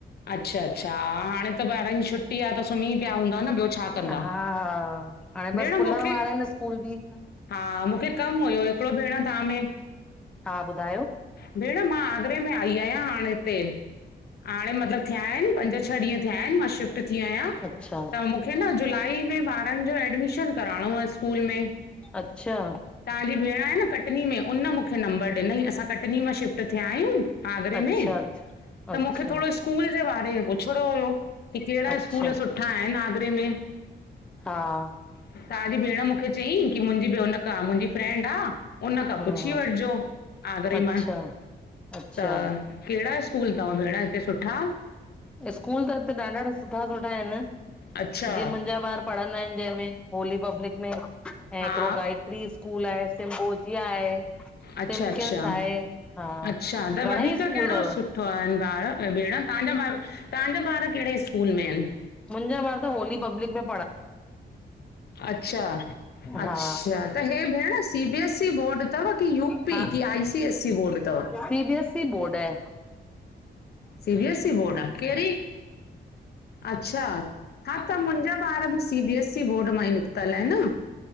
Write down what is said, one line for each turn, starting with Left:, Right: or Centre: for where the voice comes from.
Left: अच्छा, अच्छा हाणे त ॿारिनि जी छुट्टी आहे, त सुम्ही पिया हूंदा न ॿियो छा कंदा?
Centre: हा, हाणे
Left: भेण
Centre: बसि खुलण
Left: मूंखे
Centre: वारा आहिनि स्कूल बि।
Left: हा, मूंखे कमु हुयो हिकिड़ो भेण तव्हां में
Centre: हा, ॿुधायो।
Left: भेण मां आगरे में आई आहियां हाणे हिते हाणे मतिलबु थिया आहिनि।, पंज छह ॾींहं थिया आहिनि मां शिफ्ट थी आहियां।
Centre: अच्छा
Left: त मूंखे न जुलाई में ॿारनि जो एडमिशन कराइणो आहे स्कूल में।
Centre: अच्छा।
Left: तव्हांजी भेण आहे न कटनी में। कटनी में हुन मूंखे नंबर ॾिनाई। असां कटनी मां शिफ्ट थिया आहियूं आगरे
Centre: अच्छा
Left: में
Centre: अच्छा अच्छा।
Left: त मूंखे थोरो स्कूल जे बारे में पुछिणो हुयो की कहिड़ा
Centre: अच्छा
Left: स्कूल सुठा आहिनि आगरे में?
Centre: हा
Left: तव्हांजी भेण मूंखे चईं की मुंहिंजी भी उनखां, मुंहिंजी फ्रेंंड आ उन खां
Centre: हूं
Left: पुछी
Centre: हूं
Left: वठॼो आगरे
Centre: अच्छा
Left: मां
Centre: अच्छा
Left: त। कैड़ा स्कूल तव भेणा हिते सुठा?
Centre: स्कूल त हिते ॾाढा सुठा-सुठा आयन
Left: अच्छा
Centre: जीअं मुंॼा ॿार पढ़ंदा आयन ॼेमें होली पब्लिक में ऐं
Left: हा
Centre: हिकिड़ो गाइड प्री स्कूल आये सिम्बोजीया आये।
Left: अच्छा
Centre: सिमकिंस
Left: अच्छा
Centre: आये, हा,
Left: अच्छा त
Centre: घणई
Left: वधीक कहिड़ो
Centre: स्कूल तव।
Left: सुठो आयन ॿार भेण, तांजा ॿार, तांजा ॿार कैड़े स्कूल में आयन?
Centre: मुंजा ॿार त होली पब्लिक में पढ़ा।
Left: अच्छा-अच्छा
Centre: हा
Left: त हे भेण C B S E board. तव की यू पी
Centre: हा
Left: की आईसीएससी बोर्ड तव?
Centre: C B S E board आहे
Left: C B S E board आ? कैॾी? अच्छा। हा त मुंजा ॿार बि C B S E board मां ई निकतल आ न,